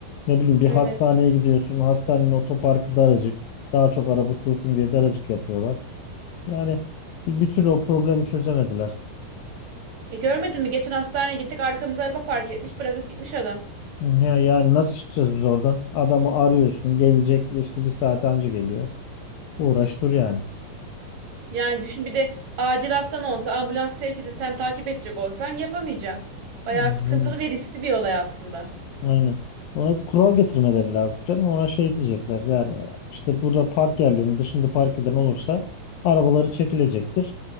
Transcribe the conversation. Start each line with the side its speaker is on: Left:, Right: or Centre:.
Left: Ne bileyim bir hastaneye
Right: Evet.
Left: gidiyorsun. Hastanenin otoparkı daracık. Daha çok araba sığsın diye daracık yapıyorlar. Yani bir, bir türlü o problemi çözemediler.
Right: E görmedin mi? Geçen hastaneye gittik. Arkamıza araba park etmiş. Bırakıp gitmiş adam.
Left: Ya, yani nasıl çıkacağız biz oradan? Adamı arıyorsun. Gelecek işte bir saat önce geliyor. Uğraş dur yani.
Right: Yani düşün bir de acil hastan olsa ambulans sevk edip sen takip edecek olsan yapamayacaksın. Bayağı
Left: Aynen.
Right: sıkıntılı ve riskli bir olay aslında.
Left: Aynen. Ona kural getirmeleri lazım canım. Ona şey diyecekler yani işte burada park yerlerinin dışında park eden olursa arabaları çekilecektir.